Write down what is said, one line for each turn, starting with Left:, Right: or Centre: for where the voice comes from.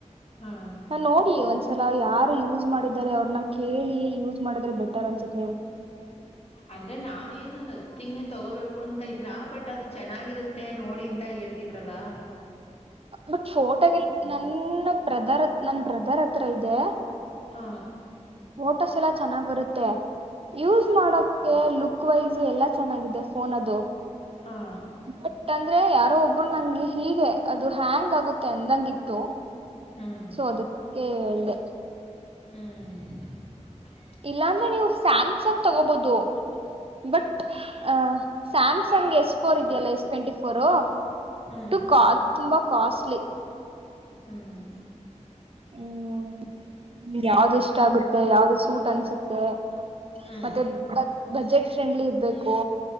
Left: ಹಾ
Right: ನಾ ನೋಡಿ ಒಂದ್ಸಲ ಯಾರು ಯೂಸ್ ಮಾಡಿದಿದ್ದಾರೆ ಅವ್ರನ್ನ ಕೇಳಿ ಯೂಸ್ ಮಾಡಿದ್ರೆ ಬೆಟರ್ ಅನ್ಸತ್ ನೀವು
Left: ಅಂದ್ರೆ ನಾನೇನು ನೊತ್ತಿಂಗ್ನೆೇ ತಗೋಬೇಕು ಅಂತ ಇಲ್ಲ ಬಟ್ ಅದು ಚೆನ್ನಾಗಿರುತ್ತೆ ನೋಡಿಂತ ಹೇಳ್ತಿದ್ರಲ್ಲಾ
Right: ಬಟ್ ಫೋಟೋ ಗ್ ನನ್ನ್ ಪ್ರಧರ್ ನನ್ ಬ್ರದರ್ ಹತ್ರ ಇದೆ
Left: ಹ
Right: ಫೋಟೋಸ್ ಎಲ್ಲ ಚೆನ್ನಾಗ್ ಬರುತ್ತೇ ಯೂಸ್ ಮಾಡಕ್ ಕೆ ಲುಕ್ ವೈಸ್ ಎಲ್ಲಾ ಚೆನ್ನಾಗಿದೆ. ಓನದು
Left: ಆ
Right: ಇವಾಗ್ ತಾನ್ <unintelligible> ಯಾರೂ ಒಬ್ರು ನಂಗೆ ಹೀಗೆ ಅದು ಹ್ಯಾಂಗ್ ಆಗುತ್ತೆ ಅಂದಂಗಿತ್ತು
Left: ಹ್ಮ್
Right: ಸೊ ಅದಕ್ಕೆ ಹೇಳ್ದೆ
Left: ಹ್ಮ್
Right: ಇಲ್ಲಾ ಅಂದ್ರೆ ನೀವು ಸ್ಯಾಮ್ಸಂಗ್ ತಗೋಬೊದು ಬಟ್ ಆ ಸ್ಯಾಮ್ಸಂಗ್ ಎಸ್ ಫೋರ್ ಇದೆಯಲ್ಲ ಎಸ್ ಟ್ವೆಂಟಿ ಫೋರ್
Left: ಹ್ಮ್
Right: ತುಕಾ-ತುಂಬಾ ಕಾಸ್ಟ್ಲಿ
Left: ಹ್ಮ್
Right: ಹ್ಮ್ ಯಾವ್ದು ಇಷ್ಟ ಆಗುತ್ ಯಾವ್ದು ಸೂಟ್ ಅನ್ಸುತ್ತೆ
Left: ಹ್ಮ್
Right: ಮತ್ತೆ ಬಜ್ ಬಜೆಟ್ ಫ್ರೆಂಡ್ಲಿ ಇರ್ಬೇಕು